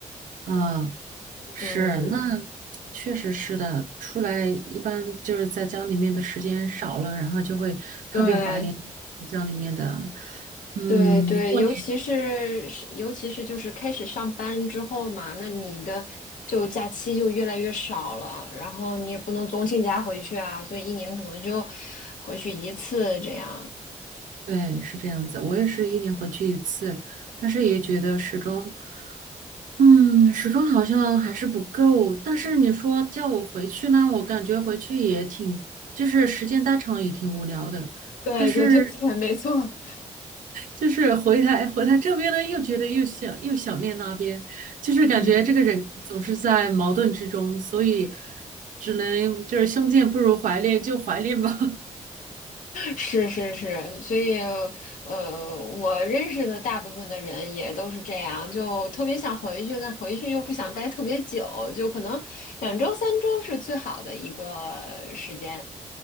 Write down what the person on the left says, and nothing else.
嗯，
对。
对对，
尤其是是尤其是就是开始上班之后嘛，那你的就假期就越来越少了，然后你也不能总请假回去啊，所以一年可能就回去一次这样。
对对对对，
没错，
嗯，
是是是，所以呃，我认识的大部分的人也都是这样，就特别想回去，但回去又不想待特别久，就可能两周三周是最好的一个时间。